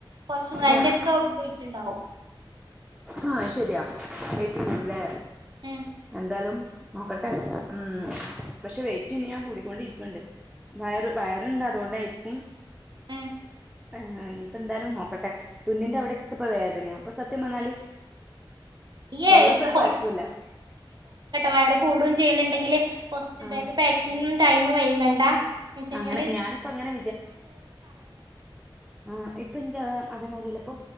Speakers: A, on the right (about 55°); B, in the centre.
A: കൊറച്ചും ക അയ്ന്റെക്കെ
B: ആഹ്
A: പോയിറ്റ്ണ്ടാവും
B: ആഹ് അഹ് ശരിയാ വെയിറ്റ് കൂടുലേ
A: ഉം
B: എന്താലും നോക്കട്ടെ ഉം പക്ഷെ വൈറ്റ് ഇനി ഞാൻ കൂടിക്കൊണ്ടിരിക്ണ്ട് വയറ് വയറുണ്ട് അതുകൊണ്ടേരിക്കും
A: ഉം
B: ആഹ് ഇനിയിപ്പോ എന്തായാലും നോക്കട്ടെ തുന്നിന്റെ അവിടെക്കെ ഇപ്പൊ വേദനയാ അപ്പൊ സത്യം പറഞ്ഞാല്
A: <unintelligible>
B: തൊള്ളക്കൊരു
A: കേട്ട
B: കൊഴപ്പുല്ല
A: വയറ് കൂടും ചെയ്യ്ന്നുണ്ടെങ്കില് ഹോസ്പിറ്റൽ
B: ആഹ്
A: ബാഗ് പാക്കിങ്ങും ടൈമ് വൈകണ്ട <inaudible>
B: അങ്ങനെ ഞാനിപ്പ അങ്ങനെ ആ ഇപ്പെനിക്ക് അതേ അതേമാതിരില്ല ഇപ്പൊ